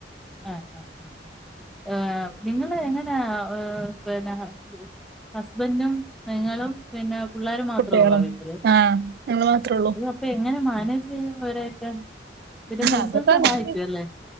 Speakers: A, in the centre; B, on the right.
A: ആഹ് ആഹ് ആഹ് ആഹ് നിങ്ങള് എങ്ങ ന പിന്നെ ഹസ്ബൻറും നിങ്ങളും പിന്നെ പുള്ളാരും മാത്രേ
B: കുട്ടികളോ
A: ഉള്ളോ വീട്ടില്?
B: ആഹ് ഞങ്ങള് മാത്രേ ഉള്ളൂ
A: ഇപ്പൊ എങ്ങനെ മാനേജ് ചെയ്യും ഇവരെയൊക്കെ പിന്നെ മൂത്തത്
B: അതൊക്കെ
A: സഹായിക്കും
B: അങ്ങനെ
A: അല്ലേ?